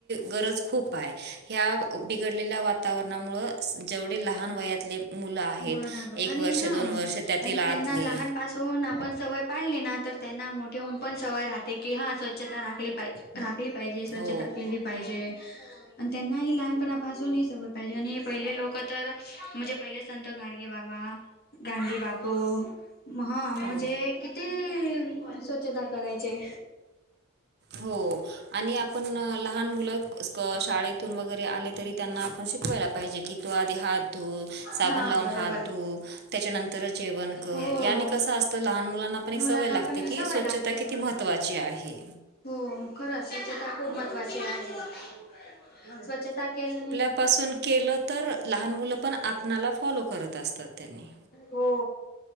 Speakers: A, on the right; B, on the left.
A: गरज खूप आहे ह बिड वातावरणामुळे जेवढे लहान वयातले मुलं आहेत
B: बराबर
A: एक
B: आणि
A: वर्ष
B: हा
A: दोन वर्ष त्यातील
B: आणि
A: आतले
B: त्यांना लहान पाासहून आपण सवय पाडली ना तर त्यांना मोठेहन पण सवय राहते की हा स्वच्छता राखली पाहिजे राखली पाहिजे स्वच्छता
A: हो
B: केली पाहिजे आणि त्यांनाही लहानपणापासून ह सवय पाहिजे आणि पहिले लोक तर म्हणजे पहिले संत गाडगे बाबा गांधी बापू हा म्हणजे
A: हो
B: क ते स्वच्छता करायचे
A: हो आणि आपण लहान मुल शाळेतून वगैरे आले तरी त्यांना आपण शिकवायला पाहिजे की त आधी हात ध साण
B: हा
A: लाून
B: बरोबर
A: हातध त्याच्यानंतर जेवण कर
B: हो
A: यांनी कस असत लहान मुलांना पण एक
B: मुलांना
A: सवय लागते
B: पण
A: की
B: सवय
A: स्वच्छता
B: लागते
A: किती महत्त्वाची आहे
B: हो खरं स्वच्छता खूप महत्वाची आहे स्वच्छता केल्याने
A: तपासून केलं तर लहान मुलं पण आपणाला फॉलो करत असतात त्यांनी
B: हो